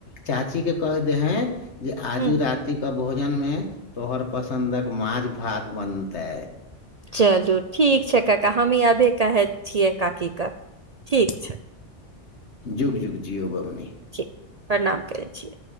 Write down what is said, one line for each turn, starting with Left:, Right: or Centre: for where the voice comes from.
Left: चाची के क दे हैं जे आजू
Right: हुँ
Left: रात <unintelligible> भोजन मे तोहर पसंन्दक माछ भात बनते
Right: चलू ठीक छै कका हम ई अभीये कहैत छियै काकीके ठीक छै
Left: जुग जुग जिओ बबुनी
Right: ठक प्रणाम करै छिय